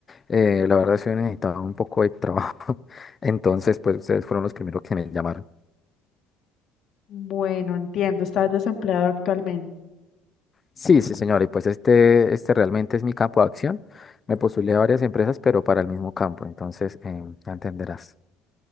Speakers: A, on the left; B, on the left.
A: eh, la verdad es que necesitaba un poco de trabajo. <laughs> Entonces, pues ustedes fueron los primeros que me llamaron.
B: Bueno, entiendo, estás desempleado actualmente.
A: Sí, sí, señor. Y pues este, este realmente es mi campo de acción. Me postulé a varias empresas, pero para el mismo campo. Entonces, em, ya entenderás.